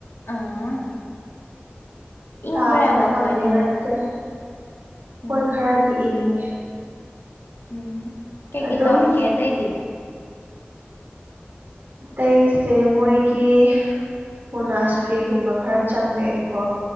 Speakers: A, on the left (about 70°); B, on the right (about 65°).
A: ꯑꯥ ꯏꯪꯕ꯭ꯔꯥ
B: ꯇꯥꯕ
A: ꯌꯥꯝꯅ
B: ꯃꯇꯝꯗꯤ
A: ꯀꯃꯥꯏꯅ ꯇꯧꯋꯦ
B: ꯅꯠꯇꯦ
A: ꯎꯝ
B: ꯍꯣꯏ ꯈꯔꯗꯤ ꯏꯪꯉꯦ
A: ꯎꯝ ꯀꯩ
B: ꯑꯗꯨꯝ
A: ꯀꯩ ꯇꯧꯔꯛꯀꯦ ꯑꯇꯩꯗꯤ
B: ꯑꯇꯩꯁꯦ ꯃꯣꯏꯒꯤ ꯃꯣꯅꯥꯁꯇ꯭ꯔꯤꯒꯨꯝꯕ ꯈꯔ ꯆꯪꯉꯛꯑꯦꯀꯣ